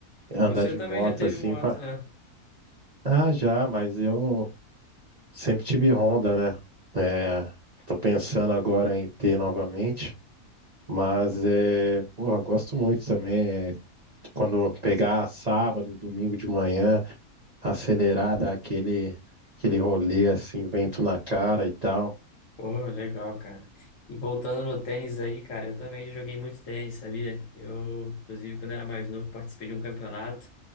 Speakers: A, on the right (about 35°); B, on the left (about 60°).
A: andar
B: Você
A: de
B: também
A: moto
B: já teve
A: assim.
B: moto,
A: fa-
B: né?
A: Ah, já, mas eu sempre tive Honda, né? É, tô pensando agora em ter novamente. Mas é, porra, gosto muito também. é, quando pegar sábado, domingo de manhã, acelerar, dar aquele, aquele rolê assim, vento na cara e tal.
B: Pô, legal, cara. E voltando no tênis aí, cara, eu também já joguei muito tênis, sabia? Eu, inclusive, quando era mais novo, participei de um campeonato